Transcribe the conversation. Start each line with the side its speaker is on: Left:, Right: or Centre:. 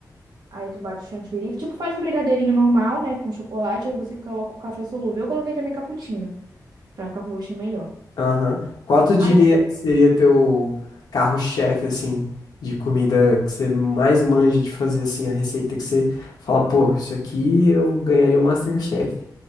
Right: aí tu bate o chantilly. Tipo, faz um brigadeirinho normal, né? Com chocolate, aí você coloca o café solúvel. Eu coloquei também cappuccino, pra ficar com um gostinho melhor.
Left: Aham. Qual tu diria
Right: Aí depois...
Left: que seria teu carro-chefe, assim, de comida que você mais manja de fazer, assim, a receita que você fala, pô, isso aqui eu ganharia o MasterChef.